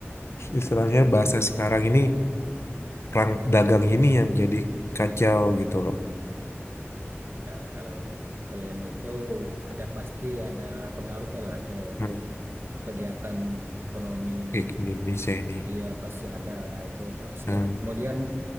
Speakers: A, on the left; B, on the right.
A: istilahnya bahasa sekarang ini perang dagang ini yang jadi kacau gitu loh.
B: Ya kalau kalau yang itu ada pasti ada pengaruhnya lah ke
A: Nah,
B: kegiatan ekonomi.
A: kayak Indonesia ini.
B: Iya pasti ada lah itu. Apa sih,
A: Hmm,
B: Dan Kemudian